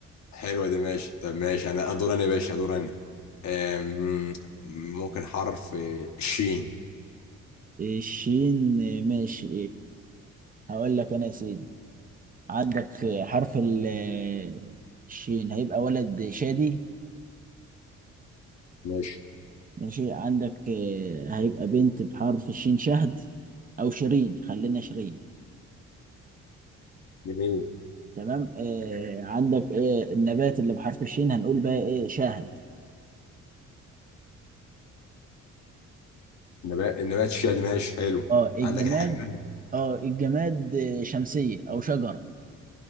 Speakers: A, on the left (about 65°); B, on the right (about 30°).
A: حلوة دي ماشي طب ماشي أنا أدور أنا يا باشا أدور أنا آم، ممكن حرف آه، الشين
B: الشين آه، ماشي آه، هقول لك انا يا سيدي عندك آه، حرف ال- آه، الشين هيبقى ولد شادي
A: ماشي
B: ماشي عندك آه، هيبقى بنت بحرف الشين شهد او شيرين خلينا شيرين
A: جميل
B: تمام آه، عندك آه، النبات اللي بحرف الشين هنقول بقى ايه شاهد
A: نبات نبات الشيا دي ماشي حلو
B: اه الجماد
A: عندك الحيوان
B: اه الجماد آه، شمسية او شجرة